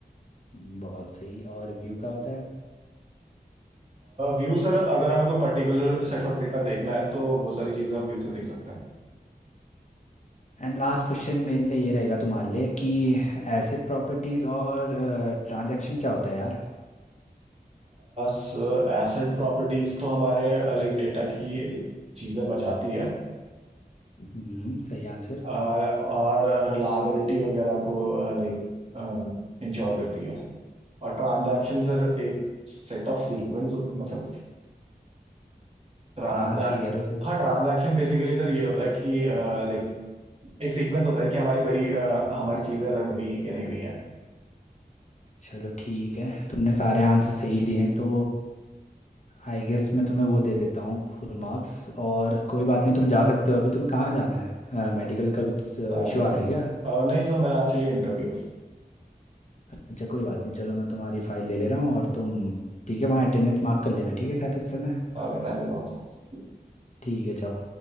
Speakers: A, on the left; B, on the right.
A: हम्म, बहुत सही और व्यू क्या होता है
B: व्यू uh, सर अगर हमें कोई पर्टिकुलर सेट ऑफ डेटा देखना है तो वो सारी चीजें हम व्यू से देख सकते हैं
A: एंड लास्ट क्वेश्चन मेरे लिए ये रहेगा तुम्हारे लिए कि एसिड प्रॉपर्टीज और ट्रांजैक्शन क्या होता है यार
B: सर एसेट प्रॉपर्टीज तो हमारे लाइक डेटा की चीजें बचाती है
A: हम्म सही आंसर
B: अह, और रिलायबिलिटी वगैरह को लाइक uh, इंश्योर like, uh, करती है और ट्रांजैक्शन सर एक सेट ऑफ सीक्वेंस मतलब ट्रांजैक्ट
A: हाँ हाँ सही कह रहे हो सही
B: हाँ ट्रांजैक्शन बेसिकली सर ये होता है कि लाइक एक सीक्वेंस होता है कि हमारी क्वेरी हमारी चीज़ें रन हुई हैं कि नहीं हुई हैं
A: चलो ठीक है तुमने सारे आंसर सही दिए हैं तो आई गेस मैं तुम्हें वो दे देता हूँ फुल मार्क्स और कोई बात नहीं तुम जा सकते हो अभी तुम्हें कहाँ जाना है मेडिकल का कुछ इशू
B: Thank you so
A: आ रहा
B: much
A: है क्या
B: sir नहीं सर मेरा actually interview
A: अच्छा कोई बात नहीं चलो मैं तुम्हारी फाइल ले ले रहा हूँ और तुम ठीक है वहाँ अटेंडेंस मार्क कर लेना ठीक है जाते समय
B: Okay thank you so much
A: ठीक है जाओ